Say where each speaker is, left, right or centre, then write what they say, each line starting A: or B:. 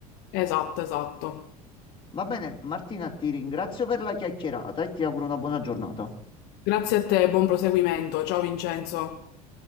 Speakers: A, on the left (about 60°); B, on the left (about 25°).
A: Esatto, esatto.
B: Va bene, Martina, ti ringrazio per la chiacchierata e ti auguro una buona giornata.
A: Grazie a te, buon proseguimento. Ciao Vincenzo.